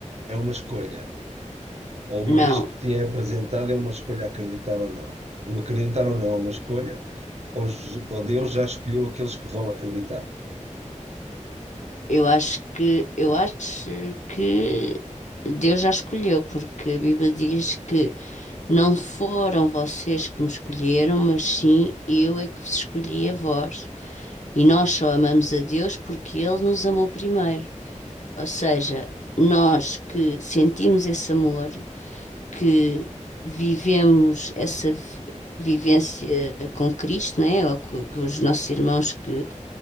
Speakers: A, on the right; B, on the left.
A: é uma escolha. Ou uma
B: Não,
A: vez que te é apresentado, é uma escolha acreditar ou não. O acreditar ou não é uma escolha, ou, Je- ou Deus já escolheu aqueles que vão acreditar.
B: eu acho que eu acho que Deus já escolheu, porque a Bíblia diz que não foram vocês que me escolheram, mas sim eu é que vos escolhi a vós. E nós só amamos a Deus porque Ele nos amou primeiro. Ou seja, nós que sentimos esse amor, que vivemos essa vi- vivência com Cristo, né? Ou que, que os nossos irmãos que